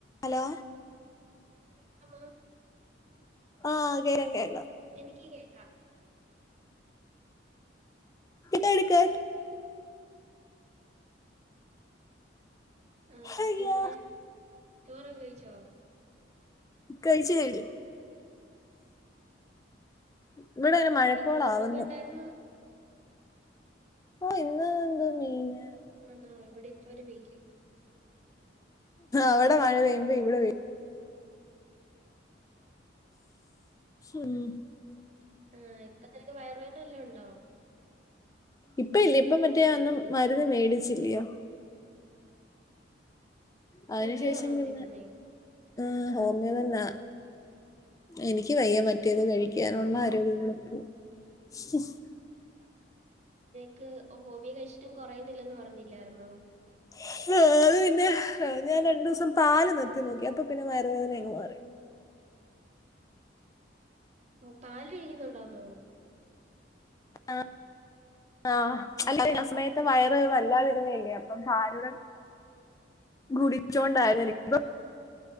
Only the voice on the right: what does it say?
കേക്കമൊ
എനിക്ക് കേക്കാം
ആ
പിന്നെ ചോറക്കെ കഴിച്ചോ
ഇന്ന് എന്തൊക്കെ
ഉണ്ടായിരുന്നു
ആ നാ എവിടെ ഇപ്പരു വെയിൽ
ആഹ ഇപ്പൊ നിനക്ക് വയറു വേദന വല്ലാം ഉണ്ടോ
ഹോമിയോ
ആണോ
തിന്നുന്നേ
ക്ക് ഹോമിയ കഴിച്ചിട്ടും കുറയുന്നില്ലന്ന് പറഞ്ഞില്ലായിരുന്നോ
ഓ പാല് കഴിക്കുന്നുണ്ടോന്നോ